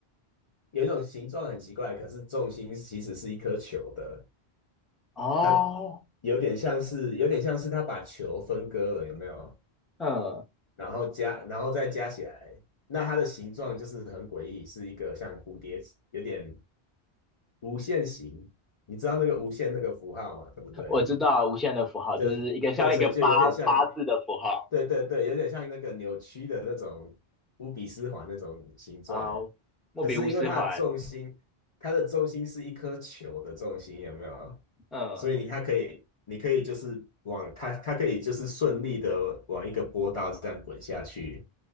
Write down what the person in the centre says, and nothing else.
哦，
嗯，
我知道无限的符号就是一个像一个八八字的符号
啊，莫比乌斯环，
嗯。